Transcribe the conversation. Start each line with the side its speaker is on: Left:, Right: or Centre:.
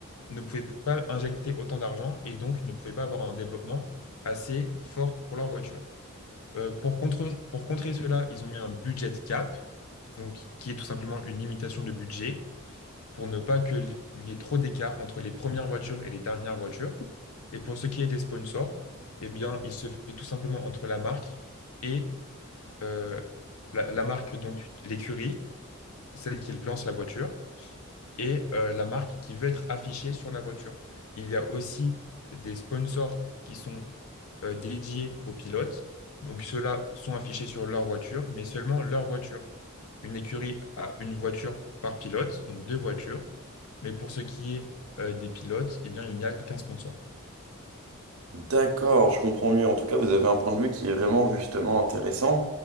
Left: ne pouvaient pas injecter autant d'argent et donc ne pouvaient pas avoir un développement assez fort pour leur voiture. Euh, pour contrer, pour contrer cela, ils ont mis un budget cap, donc, qui est tout simplement une limitation de budget pour ne pas qu'il y ait trop d'écart entre les premières voitures et les dernières voitures. Et pour ce qui est des sponsors, eh bien, il se fait tout simplement entre la marque et euh, la, la marque, donc l'écurie, celle qui lance la voiture, et euh, la marque qui veut être affichée sur la voiture. Il y a aussi des sponsors qui sont euh, dédiés aux pilotes. Donc ceux-là sont affichés sur leur voiture, mais seulement leur voiture. Une écurie a une voiture par pilote, donc deux voitures. Mais pour ce qui est euh, des pilotes, eh bien, il n'y a qu'un sponsor.
Right: D'accord, je comprends mieux. En tout cas, vous avez un point de vue qui est vraiment justement intéressant